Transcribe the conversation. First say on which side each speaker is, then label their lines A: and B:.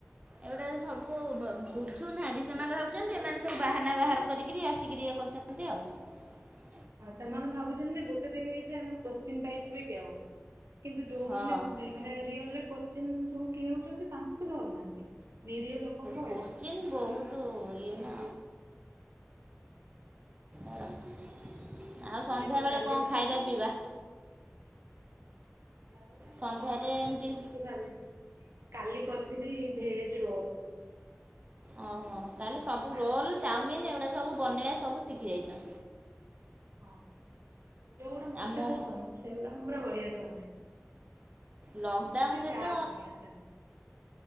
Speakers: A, on the right; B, on the right.
A: ଏଉଡା। ସବୁ ବୁଝୁନାହାନ୍ତି ସେମାନେ ଭାବୁଛନ୍ତି ଏମାନେ ସବୁ ବାହାନା ବାହାର କରିକିରି ଆସିକରି ଇଏ କରୁଛନ୍ତି ଆଉ। <inaudible>
B: ହଁ ସେମାନେ ଭାବୁଛନ୍ତି ଯେ ଗୋଟେ ଦି ମିନିଟରେମାନେ କୋଶ୍ଚିନ୍ ପାଇଯିବେ କି ଆଉ। କିନ୍ତୁ ଯୋଉମାନେ
A: ହଁ
B: ମାନେ ରିଅଲରେ କୋଶ୍ଚିନ୍ ସବୁ କିଣୁଛନ୍ତି। ତାଙ୍କୁ ଧରୁନାହାନ୍ତି। ନିରୀହ ଲୋକଙ୍କୁ
A: କଶ୍ଚିନ
B: ହଇରାଣ
A: ବହୁତ ଇଏ ନା। ଆ। ଆଉ ସନ୍ଧ୍ୟାବେଳେ
B: ଏଇଆ ତ ଚାଲିଛି
A: କଣ ଖାଇବା
B: ଆଉ।
A: ପିଇବା।
B: ଯିା ବଳେ
A: ସନ୍ଧ୍ୟାରେ
B: କଣ ଏ
A: ଏମିତି
B: ଯାଇ କିଛି ଭାବିନି। କାଲି କରିଥିଲି ଭେଜ ରୋଲ।
A: ଓହୋ ତାହେଲେ ସବୁ ରୋଲ
B: ଆଜି
A: ଚାଉମିିନ ଏଗୁଡ଼ା ସବୁ ବନେଇବା ସବୁ ଶିଖି ଯାଇଛ।
B: ହଁ ଯୋଉଗୁଡା ମତେ
A: ଆଉ ମୋ
B: ପସନ୍ଦ ସେଗୁଡା ମୁଁ ପୁରା ବଢିଆରେ ବନାଏ।
A: ଲକଡାଉନ
B: କିନ୍ତୁ ମତେ
A: ରେ
B: ଚା
A: ତ।
B: ବନେଇ ଆସେନା।